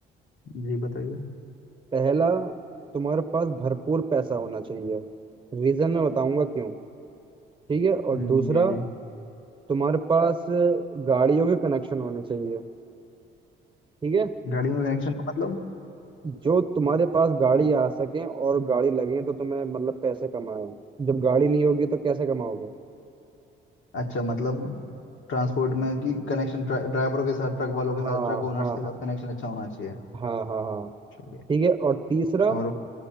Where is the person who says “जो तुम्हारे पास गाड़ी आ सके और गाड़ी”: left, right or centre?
Right